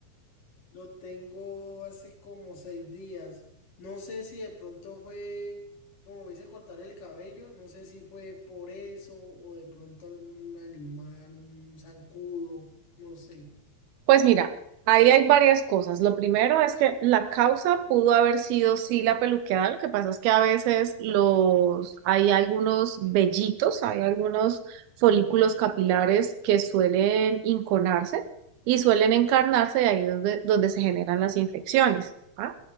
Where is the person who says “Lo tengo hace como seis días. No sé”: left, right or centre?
Left